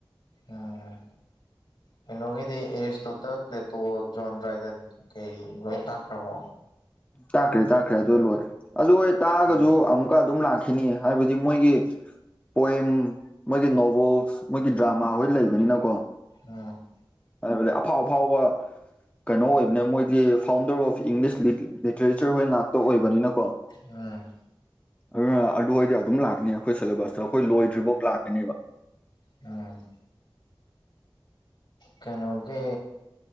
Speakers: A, on the left; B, on the left.
A: ꯎꯝ ꯀꯩꯅꯣꯒꯤꯗꯤ ꯑꯦꯔꯤꯁꯇꯣꯇꯦꯜ ꯄ꯭ꯂꯦꯇꯣ ꯖꯣꯟ ꯗ꯭ꯔꯥꯏꯗꯟ ꯀꯩ ꯂꯣꯏ ꯇꯥꯛꯈ꯭ꯔꯕꯣ
B: ꯇꯥꯛꯈ꯭ꯔꯦ ꯇꯥꯛꯈ꯭ꯔꯦ ꯑꯗꯨ ꯂꯣꯏꯔꯦ ꯑꯗꯨ ꯇꯥꯛꯑꯒꯁꯨ
A: ꯎꯝ
B: ꯑꯃꯨꯛꯀ ꯑꯗꯨꯝ ꯂꯥꯛꯈꯤꯅꯤ ꯍꯥꯏꯕꯗꯤ ꯃꯣꯏꯒꯤ ꯄꯣꯏꯦꯝ ꯃꯣꯏꯒꯤ ꯅꯣꯕꯦꯜꯁ ꯃꯣꯏꯒꯤ ꯗ꯭ꯔꯃꯥ ꯍꯣꯏ ꯂꯩꯕꯅꯤꯅꯀꯣ
A: ꯎꯝ
B: ꯍꯥꯏꯕꯗꯤ ꯑꯐꯥꯎ ꯑꯐꯥꯎꯕ ꯀꯩꯅꯣ ꯑꯣꯏꯕꯅꯦ ꯃꯣꯏꯗꯤ ꯐꯥꯎꯟꯗꯔ ꯑꯣꯐ ꯏꯪꯂꯤꯁ ꯂꯤ ꯂꯤꯇꯔꯦꯆꯔ ꯍꯣꯏ ꯉꯥꯛꯇ ꯑꯣꯏꯕꯅꯤꯅꯀꯣ
A: ꯎꯝ
B: ꯑꯗꯨꯅ ꯑꯗꯨ ꯑꯣꯏꯣꯏꯗꯤ ꯑꯗꯨꯝ ꯂꯥꯛꯀꯅꯤ ꯑꯩꯈꯣꯏ ꯁꯤꯦꯂꯦꯕꯁꯇ ꯑꯩꯈꯣꯏ ꯂꯣꯏꯗ꯭ꯔꯤꯐꯥꯎ ꯂꯥꯛꯀꯅꯦꯕ
A: ꯎꯝ ꯀꯩꯅꯣꯒꯤ